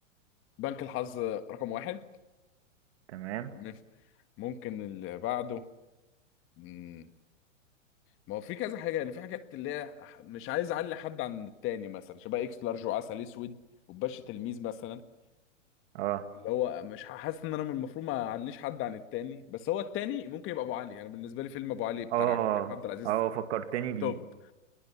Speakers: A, on the left; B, on the right.
A: بنك الحظ رقم واحد
B: تمام
A: ماشي ممكن اللي بعده مم. ما هو في كذا حاجه يعني في حاجات اللي هي ح- مش عايز اعلي حد عن التاني مثلا شبه اكس لارج وعسل اسود وباشا تلميذ مثلا
B: اه
A: اللي هو مش ح- حاسس ان انا من المفروض ما اعليش حد عن التاني بس هو التاني ممكن يبقى ابو علي انا يعني بالنسبه لي فيلم ابو علي بتاع
B: اه
A: كريم عبد العزيز
B: اه فكرتني بيه
A: توب